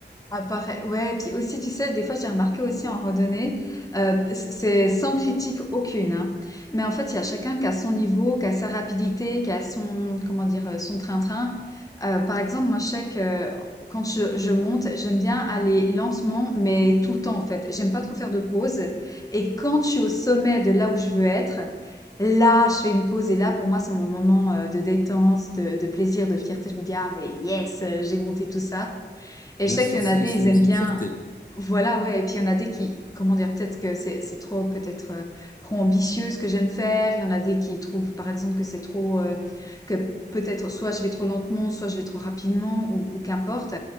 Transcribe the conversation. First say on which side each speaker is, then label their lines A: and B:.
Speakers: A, on the left; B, on the left.
A: Ah, Ouais, puis aussi, tu sais, des fois, j'ai remarqué aussi en randonnée, euh, c'est sans critique aucune, hein. Mais en fait, il y a chacun qui a son niveau, qui a sa rapidité, qui a son, comment dire, euh, son train-train. Euh, par exemple, moi, je sais que quand je, je monte, j'aime bien aller lentement, mais tout le temps, en fait. J'aime pas trop faire de pause. Et quand je suis au sommet de là où je veux être, Là, je fais une pause et là, pour moi, c'est mon moment euh, de détente, de, de plaisir, de fierté. Je me dis, ah, mais yes, euh, j'ai monté tout ça. Et
B: Bien
A: je sais
B: sûr,
A: qu'il y
B: c'est
A: en a des,
B: c'est-
A: ils aiment
B: c'est
A: bien.
B: une fierté,
A: Voilà, ouais. Et puis il y en a des qui, comment dire, peut-être que c'est c'est trop, peut-être euh, trop ambitieux ce que j'aime faire. Il y en a des qui trouvent, par exemple, que c'est trop, euh, que peut-être soit je vais trop lentement, soit je vais trop rapidement, ou, ou qu'importe.